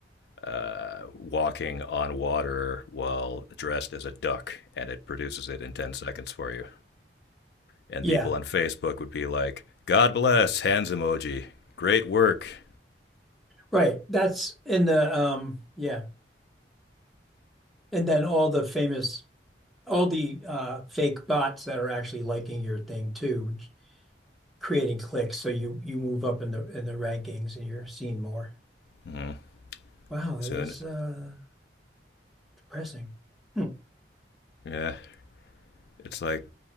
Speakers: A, on the left; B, in the centre.
A: uh, walking on water while dressed as a duck, and it produces it in ten seconds for you. And
B: Yeah,
A: people on Facebook would be like, "God bless hands emoji, great work."
B: right. That's in the um yeah. And then all the famous all the uh fake bots that are actually liking your thing too, creating clicks so you you move up in the in the rankings and you're seen more.
A: hmm
B: Wow, that
A: Soon,
B: is uh depressing. Hmm.
A: Yeah, it's like